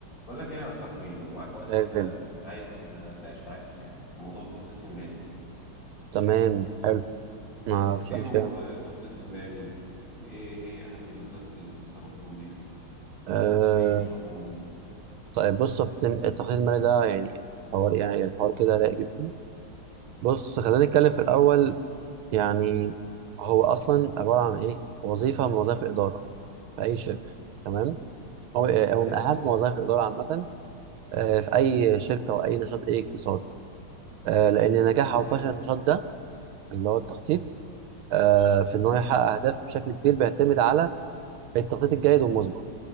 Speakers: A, on the left; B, on the right.
A: بقول لك ايه يا صاحبي لو معاك وقت
B: ريفن
A: كده عايز اتناقش معاك في موضوع التخطيط المالي
B: تمام حلو ما
A: طيب
B: فيش
A: ايه
B: أي مشكلة
A: هو
B: يا مولود.
A: بقى التخطيط المالي و- وايه هي اهم الوظائف اللي الإدارة بتقوم بيها
B: أه
A: في اي نشاط عموما يعني
B: طيب بص التم- التخطيط المالي ده يعني حوار يعني يعني حوار كده رايق جدا بص خلينا نتكلم في الأول يعني هو أصلا عبارة عن إيه؟ وظيفة من وظائف الإدارة في أي شركة تمام؟ هو آه،
A: تمام
B: هو من أهم وظائف الإدارة عامة آه، في أي شركة أو أي نشاط أي اقتصادي آه، لأن نجاح
A: تمام
B: أو فشل النشاط ده اللي هو التخطيط آه، في إن هو يحقق أهدافه بشكل كبير بيعتمد على التخطيط الجيد والمسبق